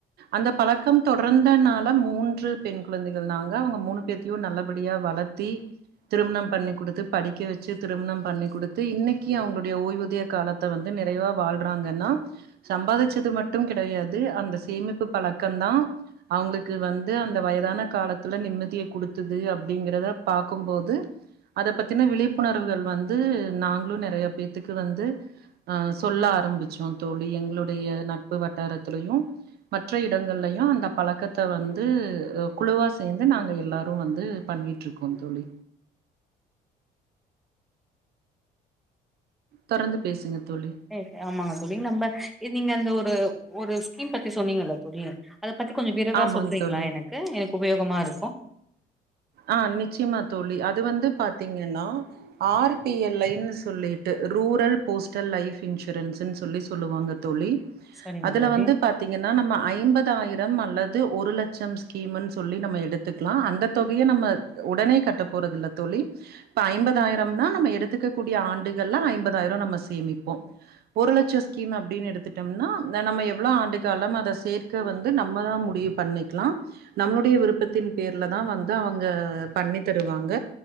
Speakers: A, on the right; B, in the centre.
A: அந்த பழக்கம் தொடர்ந்தனால மூன்று பெண் குழந்தைகள் நாங்க அவங்க மூணு பேத்தையு நல்லபடியா வளத்தி திருமணம் பண்ணி் குடுத்து படிக்க வச்சு திருமணம் பண்ணி் குடுத்து இன்னக்கி அவுங்ளுடைய ஓய்வூதிய காலத் த்த வந்து நிறைவா வாழ்றாங்கன்னா சம்பாதிச்சது மட்டும் கிடையாது அந்த சேமிப்பு பழக்கம் தா அவங்ளுக்கு வந்து அந் இந்த வயதான காலத்துல நிம்மதிய குடுத்துது அப்டிங்கறத பாக்கும்போது அத பத்தினா விழிப்புணர்வுகள் வந்து நாங்ளும் நிறைய பேத்துக்கு வந்து அ சொல்ல ஆரம்பிச்சோ தோழி எங்ளுடைய நட்பு வட்டாரத்துலையு மற்ற இடங்கள்லையு அந்த பழக்கத்த வந்து குழுவா சேந்து நாங்க எல்லாரு வந்து பண்ணிட்ருக்கோ தோழி தொறந்து பேசுங்க தோழி
B: எ ஆமாங்க தோழி நம்ப நீங்க அந்த ஒரு ஒரு ஸ்கிம் பத்தி சொன்னீங்கல்ல தோழி அத பத்தி கொஞ்ச விரைவா
A: ஆமாங்
B: சொல்றீங்ளா
A: தோழி
B: எனக்கு எனக்கு உபயோகமாருக்கு
A: ஆ நிச்சயமா தோழி அது வந்து பாத்தீங்கன்னா ஆர் பிஎல் ஐ சொல்லிட்டு ரூரல் போஸ்டல் லைப் இன்சூரன்ஸ்ன்னு சொல்லி சொல்லுவாங்க தோழி
B: சரிங்க
A: அதுல
B: தோழி
A: வந்து பாத் ங்கன்னா நம்ம ஐம்பது ஆயிரம் அல்லது ஒரு லட்சம் ஸ்கீம்னு சொல்லி நம்ம எடுத்துக்லா அந்த தொகையு நம்ம உடனே கட்டப்போறதுல்ல தோழி இப்ப ஐம்பதாயிரம்னா நம்ம எடுத்துக்க கூடிய ஆண்டுகள்ள ஐம்பதாயிரோ நம்ம சேமிப்போ ஒரு லட்ச ஸ்கீம் அப்டின் எடுத்துட் டம்னா நம்ம எவ்ளோ ஆண்டு காலம் அத சேர்க்க வந்து நம்ம தா முடிவு பண்ணிக்லா நம்ளுடைய விருப்பத்தின் பேர்லதா வந்து அவுங்க பண்ணி தருவாங்க